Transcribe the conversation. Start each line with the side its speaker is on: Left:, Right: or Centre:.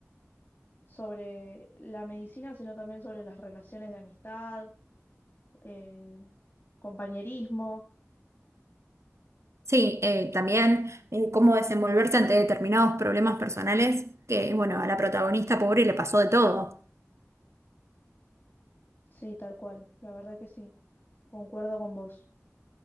Left: sobre la medicina, sino también sobre las relaciones de amistad, eh, compañerismo.
Right: Sí, eh, también eh, cómo desenvolverse ante determinados problemas personales, que bueno, a la protagonista pobre le pasó de todo.
Left: Sí, tal cual, la verdad que sí, concuerdo con vos.